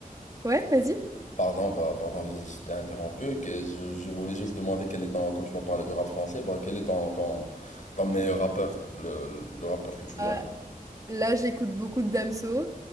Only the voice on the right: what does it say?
ouais, vas-y.
Euh,
là, j'écoute beaucoup de Damso,